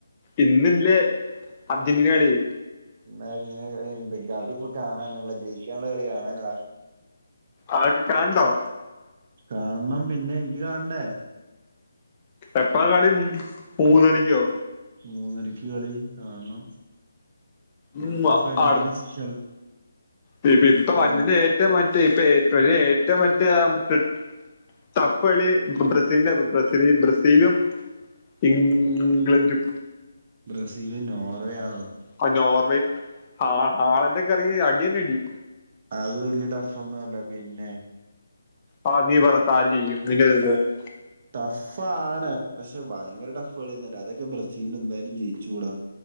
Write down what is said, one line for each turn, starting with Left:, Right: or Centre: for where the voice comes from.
Left: ഇന്നില്ലേ അർജന്റീന കളി.
Right: ഇന്നർജൻ്റീന കളിണ്ട്. ഇഗ്ഗതിപ്പാ കാണാനുള്ള ജയിക്കാൻള്ള കളി കാണാൻള്ളതാ.
Left: ആ ക്ക് കാൺണോ?
Right: കാണണം പിന്നെ എനിക്ക് കാണണ്ടേ.
Left: എപ്പളാ കളി മൂന്നരിക്ക്യോ?
Right: മൂന്നരക്ക് കളി കാണണം.
Left: ഉമ്മ
Right: അയിനിപ്പോ എങ്ങാലും
Left: അടു
Right: ചെൽ
Left: പ്പി പ്പ
Right: പറയാ
Left: വര്ന്ലേ റ്റ മറ്റേ ഇപ്പ ഏ ഏറ്റവും മറ്റാ <unintelligible> തപ്പളി ബ്രസീലിന്റെ ബ്ര ബ്രസീ ബ്രസീലും ഇം ഗ്ലൻ്റും
Right: ബ്രസീല് നോർവേ ആണോ.
Left: അഹ് നോർവേ ഹാ ഹാളെന്റെ കറി അടിയന്നെ അടി.
Right: അത് വല്യ ടഫ് ഒന്നും അല്ല പിന്നെ.
Left: ആഹ് നീ പറ സാലി ചെയ്യും <unintelligible>
Right: ടഫ് ആണ് പക്ഷെ ഭയങ്കര ടഫ് കളിയൊന്നല്ല അതൊക്കെ ബ്രസീൽ എന്തായാലും ജയിച്ചോടാ